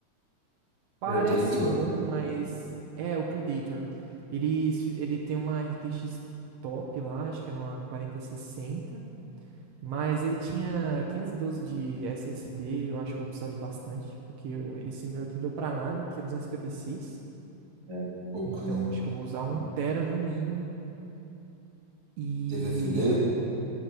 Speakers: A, on the right; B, on the right.
A: Parece
B: Predator.
A: bom, mas é o Predator. Ele, ele tem uma RTX top lá, acho que era uma quarenta sessenta, Mas ele tinha 512 de SSD, eu acho que eu vou precisar de bastante, porque eu- esse meu aqui não deu pra nada, que é duzentos e e cinquenta e seis.
B: É. Pouco,
A: Então
B: né?
A: acho que eu vou usar um tera no mínimo. E.
B: DVCD.